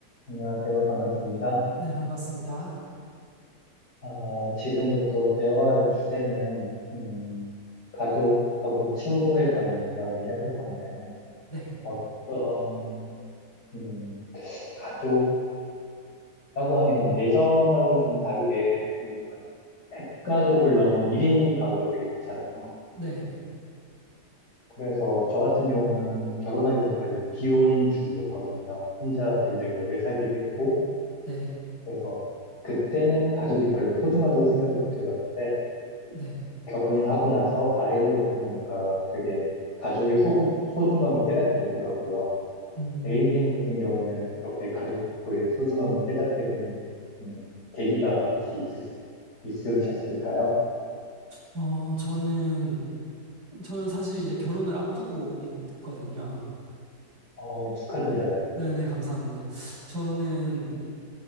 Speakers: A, on the left; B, on the right.
A: 안녕하세요. 반갑습니다.
B: 네, 반갑습니다.
A: 아, 지금부터 대화할 주제는, 음, 가족하고 친구에 관해서 대화를 해볼 건데,
B: 네,
A: 어떤, 음, 가족이라고 하면 예전하고는 좀 다르게 요즘은 핵가족을 넘어 1인 가구가 되게 많잖아요.
B: 네,
A: 그래서 저 같은 경우는 결혼하기 전까지는 비혼주의였거든요. 혼자 굉장히 오래 살기도 했고,
B: 네,
A: 그래서 그때는 가족이 별로 소중하다고 생각을 못 해봤는데,
B: 네.
A: 결혼을 하고 나서 아이를 얻고 나니까 되게 가족의 소구, 소중함을 깨닫게 되더라고요.
B: 음,
A: A님 같은 경우는 그렇게 가족의 소중함을 깨닫게 된 음, 계기가 혹시 있으, 있으셨을까요?
B: 어, 저는, 저는 사실 이제 결혼을 앞두고 있거든요.
A: 어, 축하드려요.
B: 네네, 감사합니다. 저는